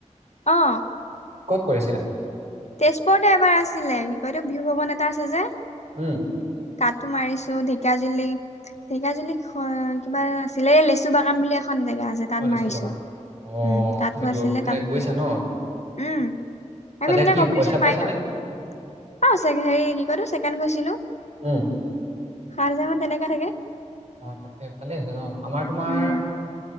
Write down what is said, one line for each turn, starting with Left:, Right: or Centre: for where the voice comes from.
Left: অ'।
Right: ক'ত কৰিছিলে?
Left: তেজপুৰতে এবাৰ আছিলে কি কয়তো বিহু ভৱন এটা আছে যে
Right: উম
Left: তাতো মাৰিছোঁ, ঢেকীয়াজুলি ঢেকীয়াজুলিত কিবা আছিলে লেচুবাগান বুলি এখন জেগা আছে তাত
Right: অ লিচু
Left: মাৰিছো,
Right: বাগান অ
Left: উম তাতো
Right: তুমি দূৰ
Left: আছিলে
Right: মানে
Left: তাত মাৰিছো
Right: গৈছা ন
Left: উম,
Right: তাতে
Left: আমি এনেকে
Right: কি
Left: কম্পিটিশন
Right: পইচা পাইছানে
Left: পাই থাকো। অ', হেৰি কতো ছেকেণ্ গৈছিলো
Right: উম।
Left: খাৰ জামান তেনেকাই থাকে।
Right: অ', তাকেই, ভালেই আছে ন', আমাৰ তোমাৰ
Left: উম